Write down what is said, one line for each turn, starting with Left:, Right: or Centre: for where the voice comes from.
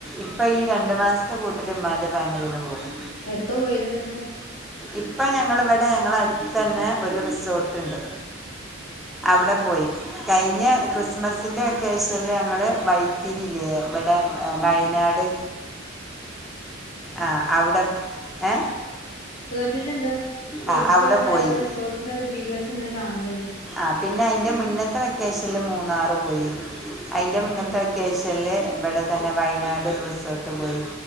Centre: ഇപ്പ ഈ രണ്ടു മാസ് <unintelligible> പൂട്ടില് ഇമ്മാന്റെ ഫാമിലിന്ന് പോകും
Left: എടക്ക പോയത് ന്നിട്ട്
Centre: ഇപ്പം ഞങ്ങളിവിടെ ഞങ്ങളെ അടുത്തന്നെ ഒരു റിസോട്ട്ണ്ട് അവിടെ പോയി കഴിഞ്ഞ ക്രിസ്മസിൻ്റെ വെക്കേഷൻല് ഞങ്ങള് വൈത്തിരില്ലേ ഇവിടെ വയനാട് ആഹ് അവിടെ ഏ
Left: കേട്ടിട്ട്ണ്ട്
Centre: ആ
Left: ഇൻസ്റ്റ
Centre: അവിടെ
Left: തൊർന്ന
Centre: പോയി
Left: റിസോർ <unintelligible> ഒരു ദിവസംങ്ങനെ കാണുന്നുണ്ട്.
Centre: ആഹ് പിന്നെ അയിന്റെ മുന്നത്തെ വെക്കേഷൻല് മൂന്നാറ് പോയി അയിന്റെ മന്നത്തെ
Left: ഉം
Centre: കേഷനില് ഇവിടെ തന്നെ വയനാട് റിസോർട്ട് പോയി